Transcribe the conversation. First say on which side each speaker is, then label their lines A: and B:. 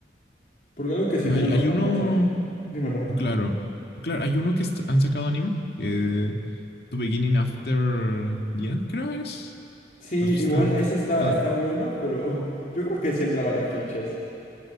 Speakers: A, on the left; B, on the left.
A: Porque algo que sí
B: Hay,
A: tienen los
B: hay
A: manguas,
B: uno,
A: sí. Dímelo.
B: oh, claro, claro, hay uno que est- han sacado anime, que... To Beginning After the End, creo es.
A: Sí,
B: ¿Has visto?
A: igual ese está,
B: Tal-
A: está bueno, pero <laughs> yo creo que sí entra varios clichés.